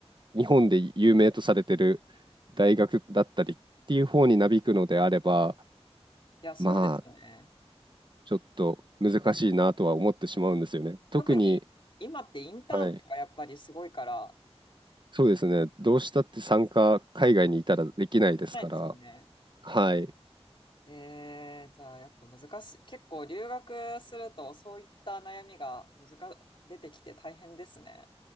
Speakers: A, on the right (about 45°); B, on the left (about 50°).
A: 日本で有名とされてる大学だったりっていう方になびくのであれば
B: や、そうですよね。
A: まあ、ちょっと難しいなとは思ってしまうんですよね。特に、
B: 特に今ってインターンとかやっぱりすごいから
A: はい、そうですね、どうしたって参加、海外にいたらできないですから、
B: できないですもんね。
A: はい、
B: へーじゃあやっぱ難しい。結構留学するとそういった悩みが難、出てきて大変ですね。